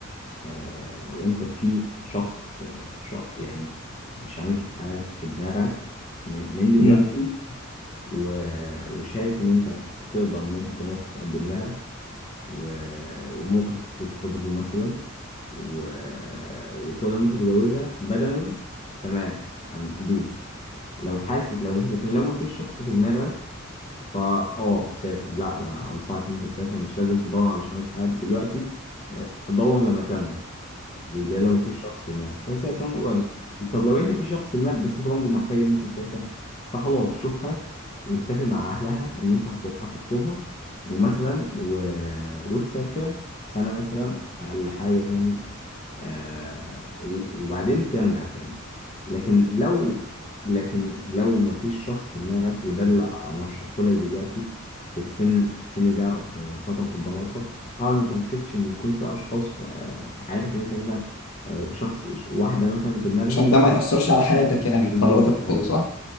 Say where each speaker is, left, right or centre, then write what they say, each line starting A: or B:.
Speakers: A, on the left; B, on the left.
A: آه، لو انت في شخص في شخص يعني شريكة حياة في دماغك من من دلوقتي
B: امم
A: و- وشايف ان انت تقدر ان انت تروح تتقدم لها و- وممكن تتخطبوا مثلا و... وتقدر ان انت تتجوزها بدني تمام أم- دوس لو حاسس لو مفيش لكن لو مفيش شخص في دماغك فا اه سافر لا انا انصحك ان انت تسافر مش لازم تدور على شريك حياة دلوقتي آه، دور لما ترجع ده لو مفيش شخص في دماغك بس هي فعلا قريبة. طب لو انت في شخص في دماغك بس انت برضه محتاج ان انت تسافر فخلاص شوفها واتفق مع اهلها ان انت هت- هتخطبها ومثلا و... وتسافر سنة مثلا اقل حاجة يعني آه، و- وبعدين ترجع تاني لكن لو لكن لو مفيش شخص في دماغك وده اللي ارشحه لك دلوقتي في السن في السن ده في فترة الدراسة حاول ما تركزش ان يكون في اشخاص في آه، في حياتك ان انت مثلا آه، شخص واحدة مثلا في دماغك
B: عشان
A: انت
B: ده ما ياثرش على حياتك يعني
A: بالظبط
B: قراراتك
A: اه
B: كده صح